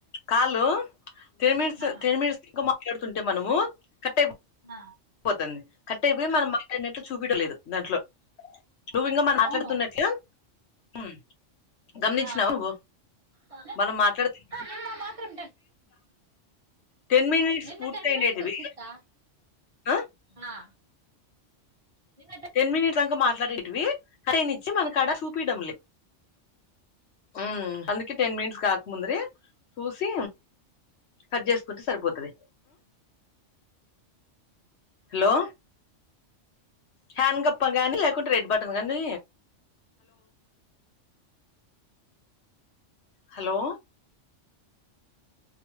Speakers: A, on the left; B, on the right.
A: కాల్లు టేమీస్
B: ఆ
A: టేమీన్స్ ఇంక మా ట్లాడుతుంటే మనము కట్ అయి
B: ఆ
A: పోతుంది కరెక్ట్ అయిపోయి మనం మాట్లాడినట్లు చుపిడం లేధు దాంట్లో నుూంగా
B: ఆ
A: మం మాట్లాడుతున్నట్లు
B: అవును
A: హ్మ్ గమనించినావు
B: ఆ
A: నువ్వు
B: ఆ,
A: మనం మాట్లాడుతున్నా
B: నిన్న మాత్రం టెన్
A: టెన్ మినిట్స్
B: నిన్న
A: పూర్తయిండదివి
B: టెన్ మినిట్స్ వచ్చిందికా
A: ఆ
B: ఆ నిన్న
A: టెన్ మినిట్స్ ఇప్పుడుదాంక మాట్లాడేటివి అదేని ఇచ్చి మనకాడ చూపియడం లే, మ్మ్ అందుకే టెన్ మినిట్స్ కాకముందరే చూసి కట్ జేసుకుంటే సరిపోతది. హలో హ్యాన్ గప్ప గానీ లేకుంటే రెడ్ బటన్ గానీ హలో